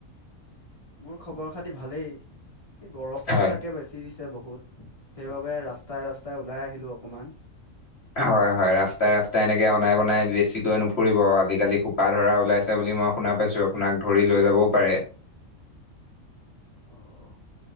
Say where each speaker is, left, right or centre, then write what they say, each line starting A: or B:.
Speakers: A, on the left (about 25°); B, on the left (about 45°).
A: মোৰ খবৰ খাতি ভালেই, এই গৰমটো
B: হয়
A: তাকে বেছি দিছে বহুত', সেইবাবে ৰাস্তাই - ৰাস্তাই ওলাই আহিলোঁ অকমান',
B: হয়', - হয়', ৰাস্তাই - ৰাস্তাই এনেকে অনাই-বনাই বেছিকৈ নুফুৰিব আজিকালি সোপা ধৰা ওলাইছে বুলি মই', শুনা পাইছোঁ, আপোনাক ধৰি লৈ যাবও পাৰে',
A: অঁ', - অঁহ',